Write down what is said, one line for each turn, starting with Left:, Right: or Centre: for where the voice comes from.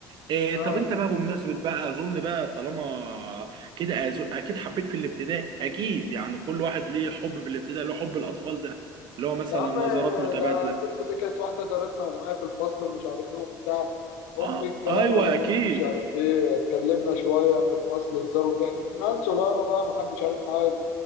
Right: إيه
Left: آه
Right: طب انت بقى بمناسبه بقى اظن بقى طالما كده أز- اكيد حبيت في الابتدائي اكيد يعني كل واحد ليه حب في الابتدائي له حب الاطفال ده اللي هو مثلا
Left: يا عم
Right: نظرات متبادله
Left: ده القصة دي كانت واحدة جارتنا ومعايا في الفصل ومش عارف ايه وبتاع هوب
Right: اه
Left: الكلام
Right: ايوه
Left: على مين
Right: اكيد
Left: مش عارف ايه اتكلمنا شوية في الفصل هزار وضحك ناس صغيرة بقى محدش عارف حاجة